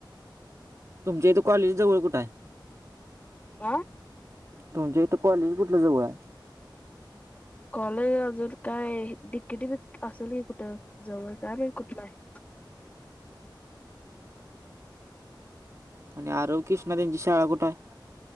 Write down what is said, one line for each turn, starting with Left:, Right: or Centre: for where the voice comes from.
Right: तुमच्या इथे कॉलेज जवळ कुठे आहे...
Left: आ...
Right: तुमच्या इथं कॉलेज कुठलं जवळ आहे...
Left: कॉलेज अजून काय डिकेटी बिक असेल की कुठं जवळ काय नाही कुठलं आहे..
Right: हम... आरव आणि कृष्णाची शाळा कुठे आहे...